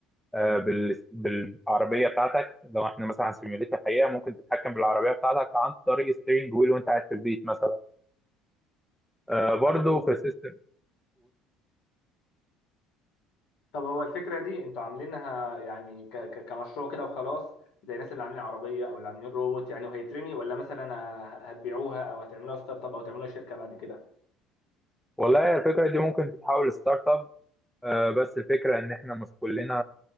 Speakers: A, in the centre; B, on the left.
A: آه، بال- بالعربيه بتاعتك لو احنا مثلا هنسيميوليت الحقيقه ممكن تتحكم بالعربيه بتاعتك عن طريق الستيرنج ويل وانت قاعد في البيت مثلا آه، برضو
B: طب هو
A: في السيستم
B: طب هو الفكره دي انتوا عاملينها يعني ك... ك... كمشروع كده وخلاص زي الناس اللي عاملين عربيه او اللي عاملين روبوت يعني وهيترمي ولا مثلا هتبيعوها او هتعملوها ستارت اب او تعملوها شركه بعد كده
A: والله الفكره دي ممكن تتحول لستارت اب آه، بس الفكره ان احنا مش كلنا